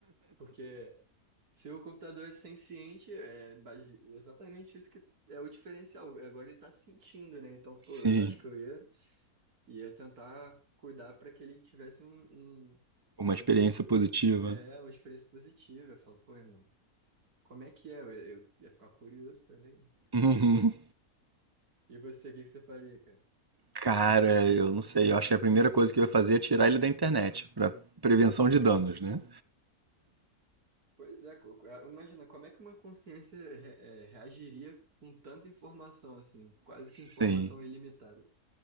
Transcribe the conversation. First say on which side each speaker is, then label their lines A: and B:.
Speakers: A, on the right; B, on the right.
A: Porque Se o computador é senciente, é base- exatamente isso que é o diferencial. Agora ele está sentindo, né? Então,
B: Sim,
A: pô, eu acho que eu ia, ia tentar cuidar para que ele tivesse um, um-
B: uma experiência positiva.
A: é, uma experiência positiva. Eu falo, pô, irmão, como é que é? Eu, eu ia ficar curioso também.
B: Uhum.
A: E você, o que que você faria, cara?
B: Cara, eu não sei, eu acho que a primeira coisa que eu ia fazer é tirar ele da internet, pra prevenção de danos, né?
A: Pois é, co- co- ah, imagina, como é que uma consciência re- é, reagiria com tanta informação assim? Quase
B: Sim.
A: que informação ilimitada.